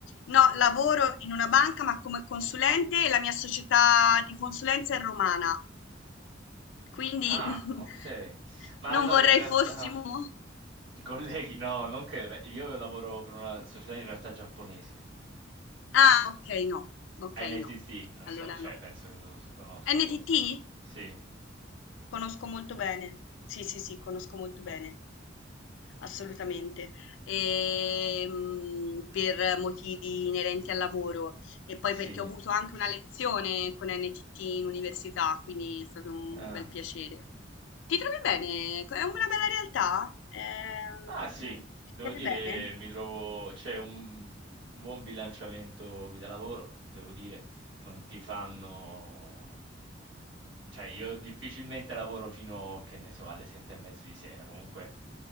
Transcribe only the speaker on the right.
Ah,
ok. Ma
no,
in realtà...
Colleghi, no, non che... beh, io lavoro per una società in realtà giapponese.
NTT,
non
so, cioè,
penso che tu conosca
forse, non lo so. Sì.
Sì.
Ah.
Ah sì,
devo
dire,
mi trovo, c'è un buon bilanciamento vita-lavoro, devo dire, non ti fanno... Cioè, io difficilmente lavoro fino, che ne so, alle sette e mezzo di sera. Comunque